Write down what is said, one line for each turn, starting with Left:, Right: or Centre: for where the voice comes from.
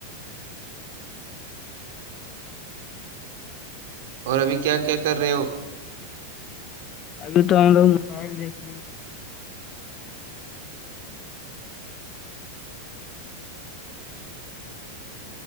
Right: اور ابھی کیا کیا کر رہے ہو
Left: ابھی تو ہم لوگ موبائل دیکھ رہے ہیں